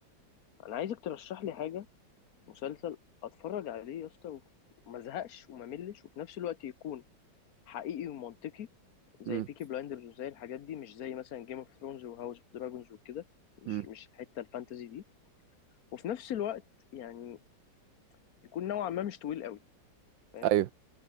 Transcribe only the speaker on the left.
انا عايزك ترشح لي حاجه مسلسل اتفرج عليه يا اسطى وما ازهقش وما ملش وفي نفس الوقت يكون حقيقي ومنطقي زي
بيكي بلايندرز وزي الحاجات دي مش زي مثلا جيم اوف ثرونز وهاوس اوف دراجونز وكده مش
مش الحته الفانتزي دي وفي نفس الوقت يعني يكون نوعا ما مش طويل قوي فاهم